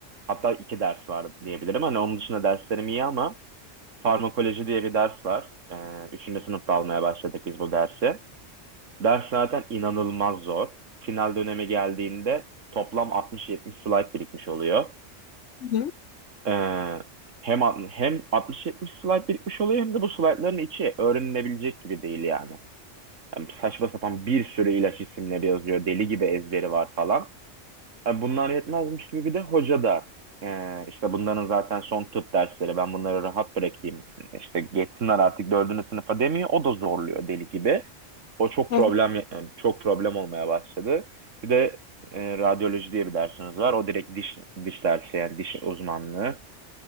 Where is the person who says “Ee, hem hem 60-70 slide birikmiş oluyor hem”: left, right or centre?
Right